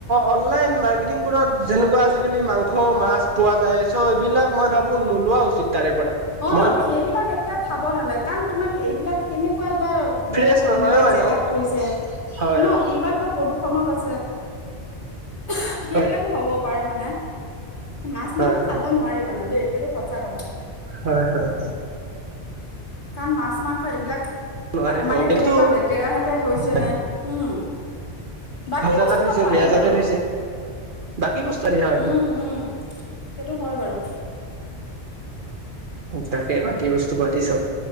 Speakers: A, on the right; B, on the left.
A: অনলাইন অৰ্কেথিগবোৰত যেনেকুৱা আজালি মাং <inaudible> স মাছ পোৱা যায় চ' এইবিলাক মই ভাবো নোলোৱা উচিত। তাৰে পৰা
B: অ'
A: মই
B: ন
A: ভাবো
B: সেইবিলাক একে খাব নালাগে। কাৰণ তোমাক এইবিলাক কেনেকুৱা
A: ফ্ৰেছ
B: বৰ্ষ
A: নহয়ও
B: মানে জেগাত
A: এনেও
B: থৈছে
A: হয়
B: ন
A: হয়
B: কিমান বা প্ৰদূষণত আছে। যে সেইবিলাকো
A: হয়
B: হ'ব পাৰে মানে। মাছ
A: হয়
B: মাংস
A: হয়
B: খাব নোৱাৰি বাৰু দেই সেইটো সঁচা কথা।
A: হয় হয়।
B: কাৰণ মাছ মাংস এইবিলাক
A: নোৱাৰে খাব
B: মানে
A: কিন্তু
B: কেনেকুৱা লেতেৰা হাতে থৈছে
A: ভাল
B: নে হম বাকী
A: জাগাত
B: বস্তুবা
A: থৈছে
B: পাৰি
A: বেয়া জাগাতে
B: বাৰু।
A: থৈছে বাকী বস্তু আদি হয়
B: উম উম সেইটো হয় বাৰু
A: তাকে বাকী বস্তু পাতি চব